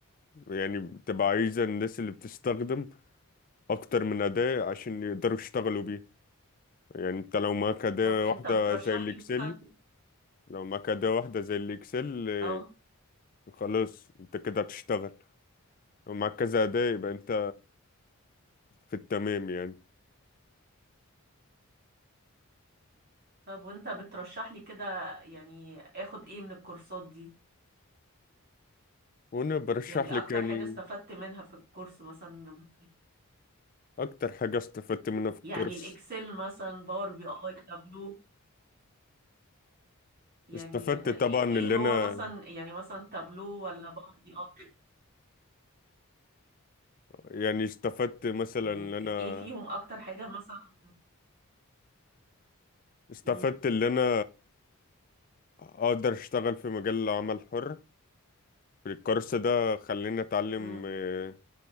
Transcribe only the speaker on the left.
يعني بتبقى عايزة الناس اللي بتستخدم اكتر من اداة عشان يقدروا يشتغلوا بيها يعني انت لو معاك اداة
واحدة
زي الاكسل
لو معاك اداة واحدة زي الاكسل آه،
خلاص انت كده هتشتغل لو معاك كذا اداة يبقى انت في التمام يعني
وانا برشح
لك
يعني
أكتر حاجة استفدت منها في الكورس
استفدت طبعا
اللي
أنا
يعني استفدت مثلا
اللي أنا
استفدت
اللي أنا أقدر أشتغل في مجال العمل الحر في الكورس ده خليني أتعلم
آه،